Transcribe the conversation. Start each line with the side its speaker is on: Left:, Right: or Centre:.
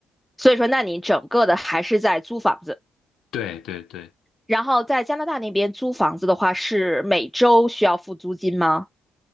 Centre: 所以说，那你整个的还是在租房子。
Left: 对对对，
Centre: 然后在加拿大那边租房子的话，是每周需要付租金吗？